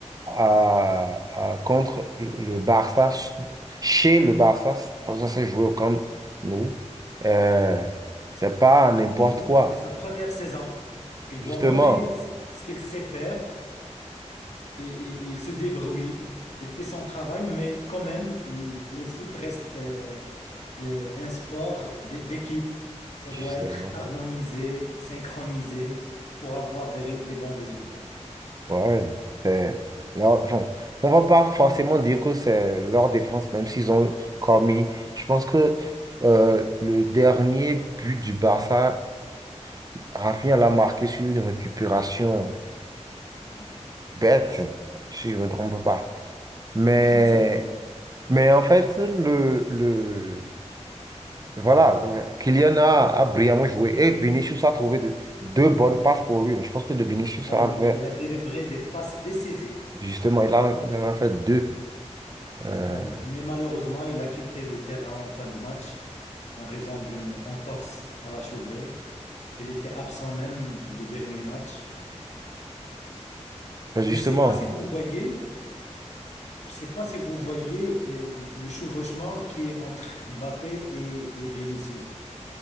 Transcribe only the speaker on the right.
à- à- contre le Barça, chez le Barça, parce que ça s'est joué au Camp Nou. Euh, c'est pas n'importe
quoi.
Justement,
justement.
Ouais, c'est leur- bon, on va pas forcément dire que c'est leur défense, même s'ils ont commis. Je pense que euh, le dernier but du Barça Rafinha l'a marqué sur une récupération
bête, si je ne me trompe pas. Mais,
mais en fait, le, le, voilà, Kylian a, a brillamment joué et Vinicius a trouvé de- deux bonnes passes pour lui. Je pense que de Vinicius
a
fait,
justement, il a, il en a fait deux. Euh,
ben justement,